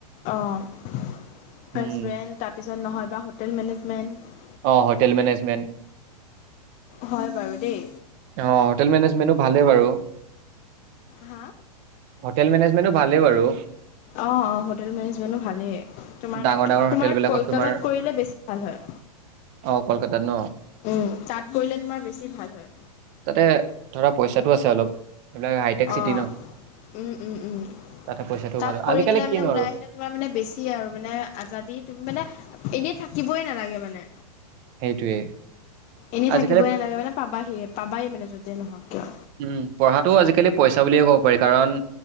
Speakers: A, on the left; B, on the right.
A: অ ৰেষ্টুৰেন্ট
B: উম,
A: তাৰপিছত নহলেবা হোটেল মেনেজমেন্ট।
B: অঁ হোটেল মেনেজমেণ্ট,
A: হয় বাৰু দেই।
B: অঁ হোটেল মেনেজমেণ্টো ভালেই বাৰু।
A: হা
B: হোটেল মেনেজমেণ্টটো ভালেই বাৰু
A: অ' অ' হোটেল মেনেজমেণ্টো ভালেই তোমাৰ
B: ডাঙৰ ডাঙৰ
A: তোমাৰ
B: হোটেল বিলাকত
A: কলকাতাত
B: তোমাৰ
A: কৰিলে বেছি ভাল হয়।
B: অ' কলকাতাত ন
A: উম তাত কৰিলে তোমাৰ বেছি ভাল হয়।
B: তাতে ধৰা পইচাটো আছে অলপ এইবিলাক হাইটেক চিটি
A: অ'
B: ন
A: উম উম উম
B: তাতে পইচাটো
A: তাত
B: ভাল
A: কৰি
B: আজিকালি
A: পেলাই
B: কিনো
A: মানে ওলাই
B: আৰু
A: আহিলে তোমাৰ মানে বেছি আৰু মানে আজাদি তুমি মানে এনে থাক। থাকিবই নালাগে মানে।
B: সেইটোয়ে
A: এনে
B: আজিকালি
A: থাকিবই নালাগে মানে পাবাহি পাবাই মানে যতে নহওক। কিয়।
B: উম পঢ়াতটো আজিকালি পইচা বুলিয়ে ক'ব পাৰি কাৰণ